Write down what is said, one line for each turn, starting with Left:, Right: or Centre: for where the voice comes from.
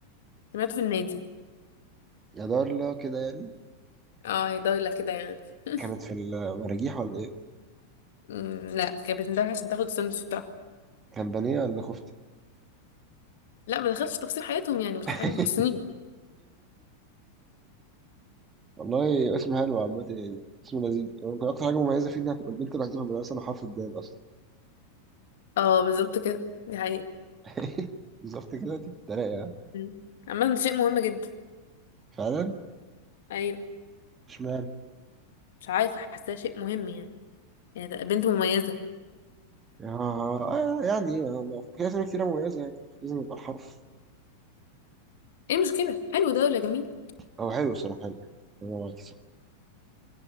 Left: سمعته في النادي
Right: يا دارلا كده يعني
Left: اه هي دولة كده يعني <laughs>
Right: كانت في المراجيح ولا ايه
Left: امم لا كانت بتنده عشان تاخد الساندوتش بتاعها
Right: كان بانيه ولا كفته
Left: لا ما دخلتش في تفاصيل حياتهم يعني مش
Right: <laughs>
Left: حاجه ما تخصنيش
Right: والله اسم حلو عامة يعني اسم لذيذ ممكن أكتر حاجة مميزة فيه إنها تبقى البنت الوحيدة في المدرسة اللي حرف الدال أصلا
Left: اه بالظبط كده دي حقيقه
Right: <laughs> بالظبط كده دي بتتريق يعني
Left: مم. عامه ده شيء مهم جدا
Right: فعلا
Left: يعني
Right: اشمعنى
Left: مش عارفة حاساه شيء مهم يعني يعني ده بنت مميزة
Right: آه آه، يعني آه، في أسامي كتيرة مميزة يعني مش لازم يبقى الحرف
Left: ايه المشكلة حلو ده ولا جميل
Right: هو حلو الصراحة حلو أنا معاك الصراحة.